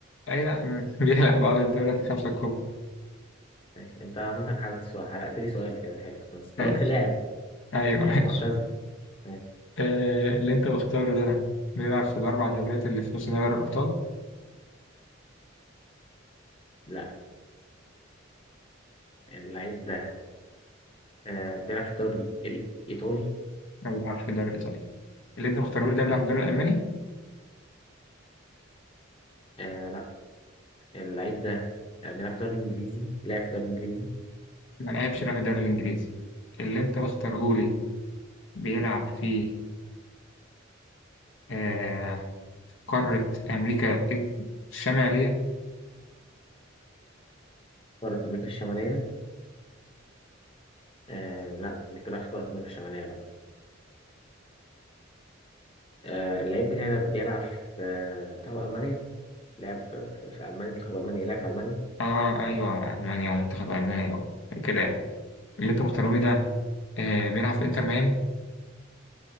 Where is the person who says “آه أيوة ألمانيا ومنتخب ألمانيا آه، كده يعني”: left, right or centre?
Left